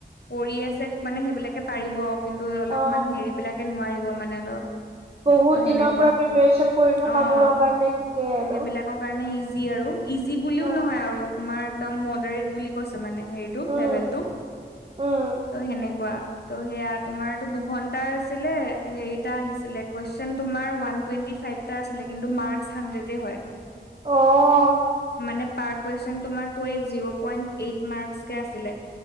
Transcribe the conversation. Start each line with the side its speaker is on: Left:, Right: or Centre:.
Left: কৰি আছে মানে সেইবিলাকে পাৰিব। কিন্তু অলপমান
Right: অ
Left: হেৰি বিলাকে নোৱাৰিব মানে অলপ।
Right: বহুত
Left: ত
Right: দিনৰ
Left: সেনেকুৱা
Right: পৰা প্ৰিপেৰেচন কৰি থকাবোৰৰ
Left: অঁ
Right: কাৰণে ঠিকেই আৰু
Left: সেইবিলাকৰ কাৰণে ইজি আৰু। ইজি বুলিও
Right: অ
Left: নহয় আৰু তোমাৰ একদম মডাৰেট বুলি। কৈছে মানে হেৰিটো
Right: উম
Left: লেবেলটো,
Right: উম
Left: ত সেনেকুৱা ত সেয়া তোমাৰটো ঘন্টা আছিলে হেৰিটা আহিছিলে কুৱেশচন তোমাৰ ওৱান টুৱেণ্টি ফাইভটা আছিলে, কিন্তু মাৰ্ক ছ হাণ্ড্ৰেডে হয়।
Right: অহ
Left: মানে পাৰ কুৱেচন তোমাৰ জিৰ' পইন্ট এইট মাৰ্কচ কে আছিলে।